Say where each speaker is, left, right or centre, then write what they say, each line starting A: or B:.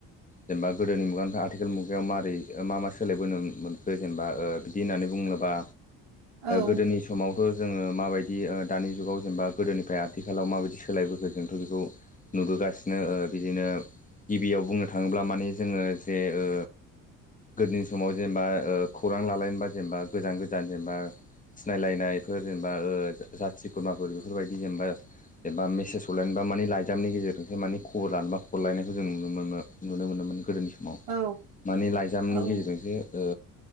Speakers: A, on the left; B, on the right.
A: जेनेबा गोदोनि मुगानिफ्राय आथिखाल मुगायाव मारै मा मा सोलायबोनो मोनखो जेनेबा ओ बिदि होननानै बुङोबा
B: औ
A: गोदोनि समाव जोङो माबायदि दानि जुगाव जेनबा गोदोनिफ्राय आथिखालाव माबायदि सोलायबोखो जोंथ' बेखौ नुबोगासिनो बिदिनो गिबियाव बुंनो थाङोब्ला माने जोङो जे ओ गोदोनि समाव जेनेबा खौरां लालायनोबा जेनेबा गोजान गोजान जेनेबा सिनायलायनायफोर जेनेबा ओ जाथि खुरमाफोर बेफोरबायदि जेनेबा जेनेबा मेसेज हरलायनोबा मानि लाइजामनि गेजेरजोंसो मानि खबर लानोबा हरलायनायखौ जों नुनो मोनो। नुनो मोनोमोन गोदोनि सम आव
B: औ
A: माने लाइजामनि
B: औ
A: गेजेरजोंसो ओ